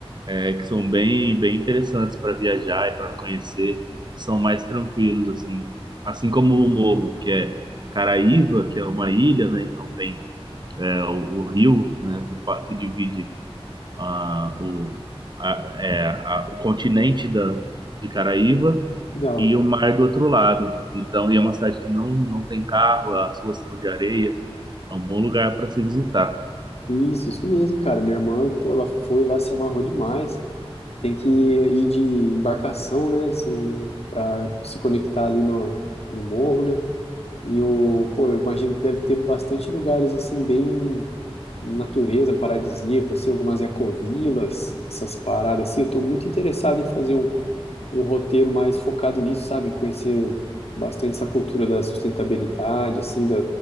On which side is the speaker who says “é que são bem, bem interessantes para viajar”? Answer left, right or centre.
Right